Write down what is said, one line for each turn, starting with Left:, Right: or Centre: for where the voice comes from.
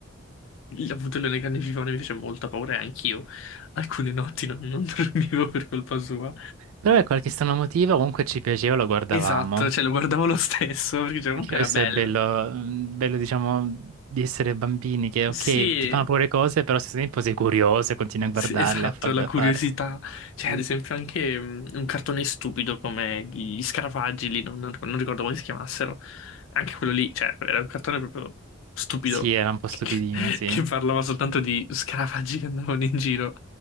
Left: avuto il leone carnivoro mi fece molta paura e anch'io alcune notti non non <laughs> dormivo per colpa sua.
Right: per qualche strano motivo comunque ci piaceva, lo guardavamo.
Left: Esatto, cioè lo guardavo lo stesso <laughs> perché cioè, comunque
Right: Anche questo
Left: era bello.
Right: è bello, mm, bello diciamo di essere bambini che ok
Left: Sì,
Right: ti fanno paura le cose però se stesso tempo sei curioso e continui a
Left: sì,
Right: guardarle,
Left: esatto,
Right: a, fa-
Left: la
Right: a
Left: curiosità.
Right: fare.
Left: Cioè,
Right: Sì,
Left: ad esempio, anche mm, un cartone stupido come gli Scarafaggi lì, non, non ricordo non ricordo come si chiamassero. Anche quello lì, cioè, era un cartone proprio stupido
Right: Sì, era un po'
Left: <laughs> che
Right: stupidino, sì.
Left: parlava soltanto di scarafaggi che andavano in giro